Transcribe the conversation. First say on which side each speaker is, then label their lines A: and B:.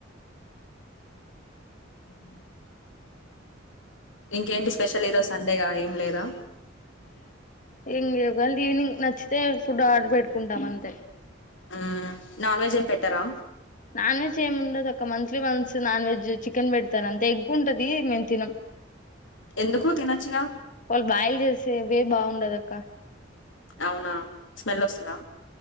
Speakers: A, on the left (about 45°); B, on the left (about 75°).
A: ఉ
B: ఇంకేంటి స్పెషల్ ఇరోజు సండేగా ఏం లేదా
A: ఎం లేదు ఈవినింగ్ నచ్చితే ఫుడ్ ఆర్డర్ పెట్టుకుంటాం అంతే
B: ఆ నాన్ వేజ్ ఎం పెట్టరా
A: నాన్ వెెజ్ ఏమి ఉండదు అక్క monthly months non veg chicken పెడతారు అంతే ఎగ్గు ఉంటది మేము తినం
B: ఎందుకు తినొచ్చుగా
A: వాళ్ళు బెయిల్ చేసేడి బాగుండదు అక్క
B: అవునా స్మెల్ వస్తదా